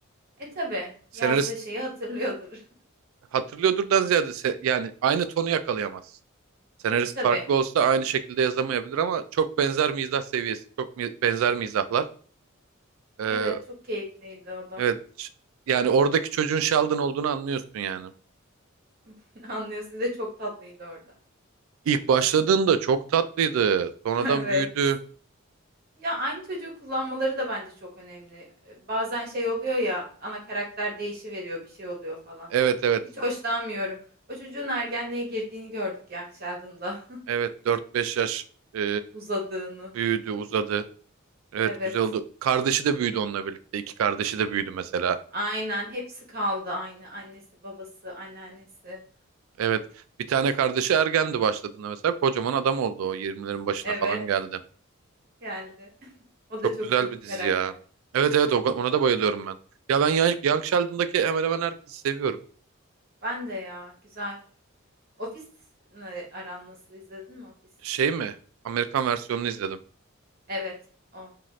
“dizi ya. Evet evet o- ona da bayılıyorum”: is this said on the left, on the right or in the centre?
Right